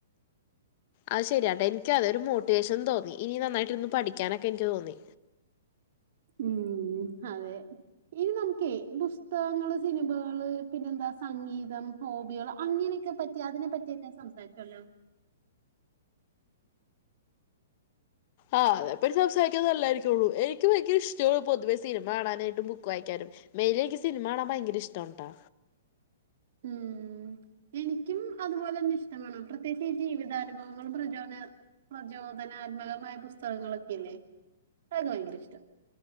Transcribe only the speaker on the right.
ഉം അതെ ഇനി നമുക്കേ പുസ്തകങ്ങള് സിനിമകള് പിന്നെന്താ സംഗീതം ഹോബിള് അങ്ങനെയൊക്കെ പറ്റി അതിനെ പറ്റിയൊക്കെ സംസാരിച്ചല്ലോ?
ഉം എനിക്കും അതുപോലെ ന്നെ ഇഷ്ടമാണ് പ്രത്യേകിച്ച് ഈ ജീവിതാനുഭവങ്ങളും പ്രചോദന പ്രചോദനാത്മകമായ പുസ്തകങ്ങളൊക്കെല്ലേ അത് ഭയങ്കര ഇഷ്ട